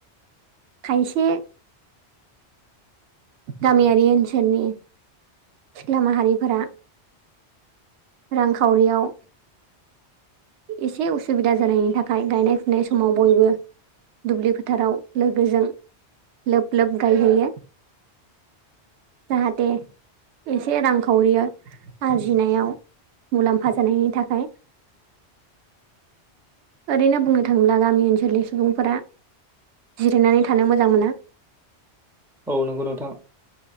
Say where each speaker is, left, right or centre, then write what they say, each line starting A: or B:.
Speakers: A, on the right; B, in the centre.
A: खायसे गामियारि ओनसोलनि सिख्ला माहारिफोरा रांखावरियाव एसे उसुबिदा जानायनि थाखाय गायनाय फुनाय समाव बयबो दुब्लि फोथाराव लोगोजों लोब लोब गायहैयो। जाहाथे, एसे रांखावरि आरजिनायाव मुलाम्फा जानायनि थाखाय।
B: <inaudible>
A: ओरैनो बुंनो थाङोब्ला गामि ओनसोलनि सुबुंफोरा जिरायनानै थानो मोजां मोना।
B: औ नंगौ नोंथां।